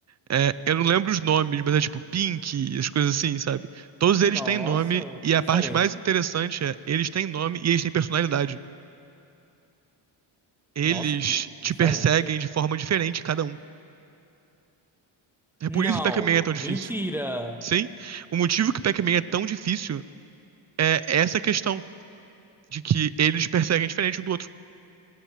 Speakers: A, on the right; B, in the centre.
A: É, eu não lembro os nomes, mas é tipo Pink, as coisas assim, sabe? Todos eles
B: Nossa,
A: têm nome, e
B: que
A: a
B: diferente.
A: parte mais interessante é, eles têm nome e eles têm personalidade. Eles
B: Nossa, que diferente.
A: te perseguem de forma diferente, cada um. É
B: Não,
A: por isso que Pac-Man é tão difícil.
B: mentira.
A: Sim? O motivo que Pac-Man é tão difícil é essa questão de que eles perseguem diferente um do outro.